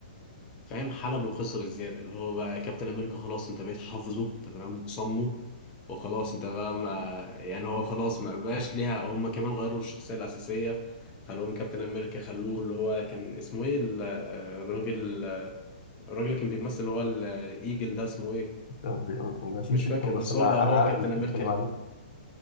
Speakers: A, on the left; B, on the left.
A: فاهم حلب القصه بالزياده اللي هو بقى كابتن امريكا خلاص انت بقيت حافظه تمام وصمه وخلاص انت بقى ما يعني هو خلاص ما بقاش ليها هم كمان غيروا الشخصيه الاساسيه خلوهم كابتن امريكا خلوه اللي هو كان اسمه ايه ال- الراجل الراجل اللي كان بيمثل اللي هو الايجل ده اسمه ايه
B: ب- نسيت
A: مش فاكر
B: اسمه بس
A: بس
B: أنا
A: هو بقى هو
B: أنا عارف
A: كابتن
B: إنك بتتكلم
A: امريكا الج-
B: عليه